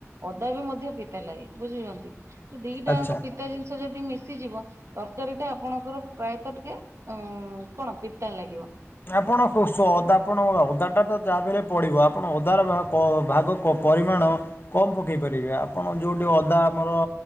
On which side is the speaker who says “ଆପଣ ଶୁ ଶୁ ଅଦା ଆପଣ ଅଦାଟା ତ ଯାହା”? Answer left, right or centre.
Left